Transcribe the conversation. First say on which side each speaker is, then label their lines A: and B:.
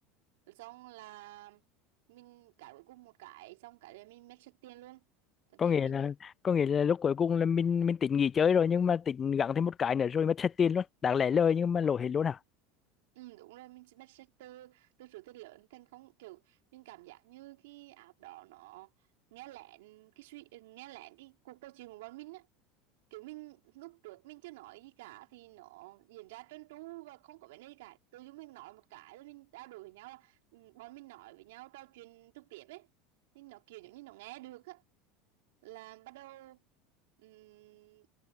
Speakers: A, on the right; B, on the left.
A: xong là mình cãi cuối cùng một cái xong cái là mình mất sạch tiền luôn tại
B: Có
A: vì
B: nghĩa
A: mình
B: là có nghĩa là lúc cuối cùng là mình mình tính nghỉ chơi rồi nhưng mà tính gắng thêm một cái nữa rồi mất hết tiền luôn. Đáng lẽ lời nhưng mà lỗ hết luôn hả?
A: ừ, đúng rồi mình mất sạch từ từ số tiền lớn thành không kiểu mình cảm giác như cái app đó nó nghe lén cái suy nghe lén cái cuộc trò chuyện của bọn mình á kiểu mình lúc trước mình chưa nói gì cả thì nó diễn ra trơn tru và không có vấn đề gì cả tự dưng mình nói một cái rồi mình trao đổi với nhau là ừ, bọn mình nói với nhau trò chuyện trực tiếp ấy thì nó kiểu giống như nó nghe được á là bắt đầu ừm,